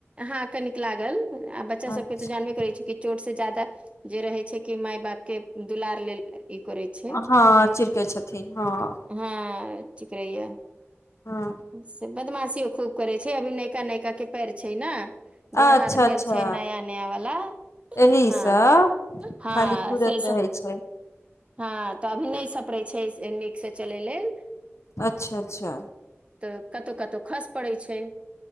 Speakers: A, on the right (about 25°); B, on the left (about 80°).
A: हँ कनिक लागल आ बच्चा
B: अच्छा
A: सभ के तऽ जानबे करैत छी कि। चोट से ज्यादा जे रहे छै। कि माय बाप के दुलार लेल ई करै छै।
B: हँ चिड़कै छथिन हँ
A: अहाँ चीकरैया।
B: हाँ।
A: से बदमाशियो खूब करै छैय अभी नयका नयका के पैर छै न। गोर
B: अच्छा
A: हाथ
B: अच्छा
A: भेल छैय। नया नया वला।
B: एहि
A: हाँ
B: सब
A: हाँ
B: खाली घूरत
A: सही स।
B: रहै छै
A: हँ तऽ अभी नेय सपरै छै। से नीकसे चलेय लेल।
B: अच्छा अच्छा।
A: तऽ कतो कतो खस। पड़ै छैय।